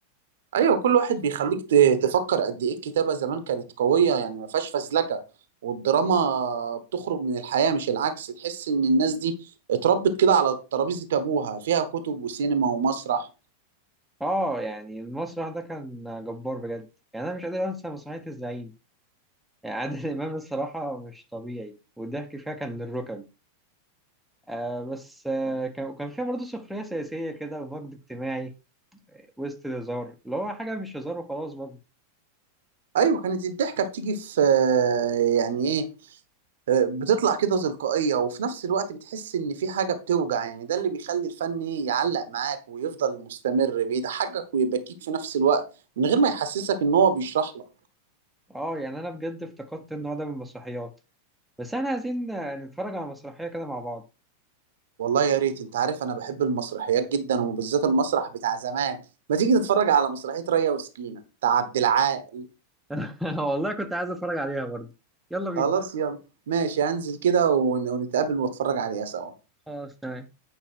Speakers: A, on the right (about 60°); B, in the centre.
A: ايوه كل واحد بيخليك ت- تفكر قد ايه الكتابة زمان كانت قوية يعني ما فيهاش فزلكة والدراما بتخرج من الحياة مش العكس تحس ان الناس دي اتربت كده على ترابيزة ابوها فيها كتب وسينما ومسرح
B: اه يعني المسرح ده كان جبار بجد يعني انا مش قادر انسى مسرحية الزعيم يعني عادل <laughs> امام الصراحة مش طبيعي والضحك فيها كان للركب آه بس آه كان كان فيها برضه سخرية سياسية كده ومجد اجتماعي وسط الهزار اللي هو حاجة مش هزار وخلاص برضه
A: ايوه كانت الضحكة بتيجي في يعني ايه بتطلع كده تلقائية وفي نفس الوقت بتحس إن في حاجة بتوجع يعني ده اللي بيخلي الفن يعلق معاك ويفضل مستمر بيضحكك ويبكيك في نفس الوقت من غير ما يحسسك إن هو بيشرح لك
B: اه يعني انا بجد افتقدت النوع ده من المسرحيات بس احنا عايزين آه، نتفرج على مسرحية كده مع بعض
A: والله يا ريت أنت عارف أنا بحب المسرحيات جدا وبالذات المسرح بتاع زمان ما تيجي تتفرج على مسرحية ريا وسكينة بتاع عبد العال
B: <laughs> والله كنت عايز اتفرج عليها برضه يلا بينا
A: خلاص يلا ماشي هنزل كده ون- ونتقابل واتفرج عليها سوا
B: خلاص تمام